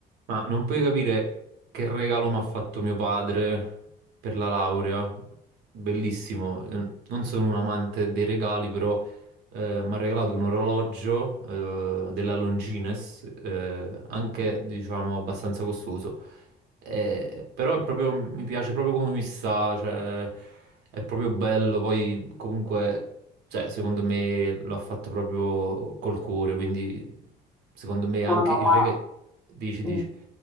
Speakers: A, on the right; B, in the centre.
A: Ma non puoi capire che regalo mi ha fatto mio padre per la laurea. Bellissimo. Eh, Non sono un amante dei regali, però eh, mi ha regalato un orologio eh, della Longines, eh, anche diciamo abbastanza costoso. Eh, però è proprio- mi piace proprio come mi sta, cioè, è proprio bello. Poi comunque, cioè, secondo me l'ha fatto proprio col cuore, quindi secondo me anche
B: No, no,
A: il
B: ma,
A: regalo... Dici, dici.
B: mm,